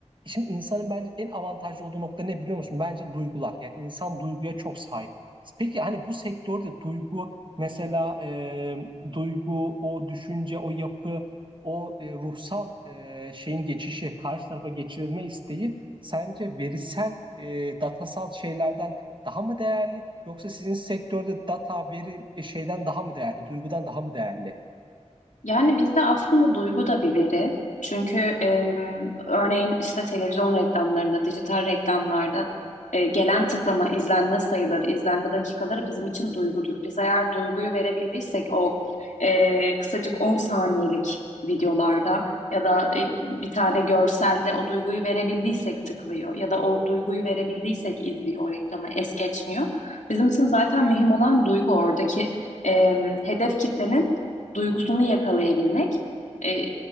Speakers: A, on the right (about 40°); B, on the left (about 85°).
A: Şimdi insanın bence en avantajlı olduğu nokta ne biliyor musun? Bence duygular. Yani insan duyguya çok sahip. Peki hani bu sektörde duygu mesela e, duygu, o düşünce, o yapı, o e, ruhsal e, şeyin geçişi, karşı tarafa geçirilme isteği sence verisel, e, datasal şeylerden daha mı değerli? Yoksa sizin sektörde data, veri e, şeyden daha mı değerli? Duygudan daha mı değerli?
B: Yani bizde aslında duygu da bir veri. Çünkü em, örneğin işte televizyon reklamlarında, dijital reklamlarda e, gelen tıklama, izlenme sayıları, izlenme dakikaları bizim için duygudur. Biz eğer duyguyu verebildiysek o e, kısacık 10 saniyelik videolarda ya da e, bir tane görselde o duyguyu verebildiysek tıklıyor ya da o duyguyu verebildiysek izliyor o reklamı, es geçmiyor. Bizim için zaten mühim olan duygu oradaki em, hedef kitlenin duygusunu yakalayabilmek. E,